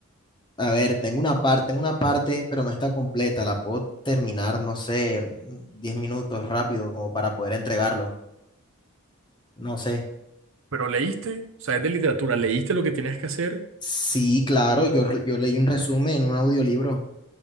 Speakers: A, on the left (about 20°); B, on the right (about 65°).
A: a ver, tengo una parte, tengo una parte, pero no está completa. La puedo terminar, no sé, en 10 minutos rápido, como para poder entregarlo. No sé.
B: Pero leíste, o sea, es de literatura, leíste lo que tenías que hacer
A: Sí, claro, yo, re- yo leí un resumen en un audiolibro,